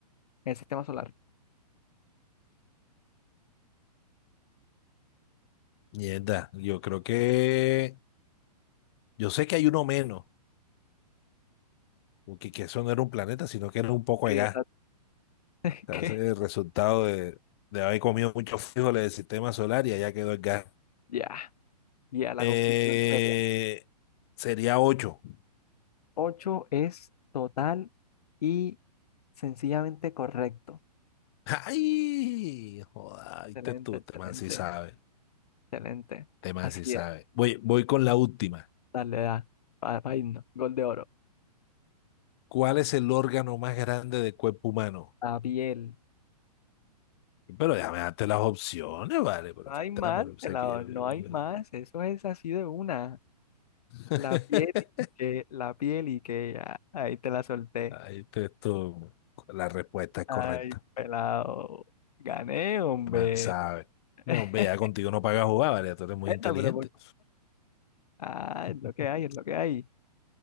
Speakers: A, on the left; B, on the left.
A: en el sistema solar?
B: Mierda, yo creo que. Yo sé que hay uno menos, porque que eso no era un planeta, sino que era un poco
A: Sí,
B: de gas.
A: exacto. <laughs>
B: O
A: que
B: sea, ese es el resultado de, de haber comido muchos frijoles del sistema solar y allá quedó el gas.
A: Ya, ya, la
B: Eh,
A: conclusión seria
B: sería ocho.
A: Ocho es total y sencillamente correcto.
B: ¡Ay! Joda, viste
A: Excelente,
B: tú,
A: excelente,
B: este man sí sabe.
A: excelente.
B: Este man
A: Así
B: sí sabe.
A: es.
B: Voy, voy con la última.
A: Dale, da. Para irnos. Gol de oro.
B: ¿Cuál es el órgano más grande del cuerpo humano?
A: La piel.
B: Pero déjame darte las opciones, vale, pero
A: No hay
B: tú
A: más,
B: estás por- o
A: pelado,
B: sea que yo,
A: no
B: yo-
A: hay más.
B: yo-
A: Eso es así de una.
B: <laughs>
A: La piel y que, la piel y que ya, ahí te la solté.
B: Ahí te- tú- la respuesta es
A: Ay,
B: correcta,
A: pelado. Gané, hombre.
B: más sabe.
A: <laughs>
B: No, vea, contigo no paga jugar, vale, tú eres muy
A: Esta,
B: inteligente.
A: pero por- Ah,
B: <laughs>
A: es lo que hay, es lo que hay.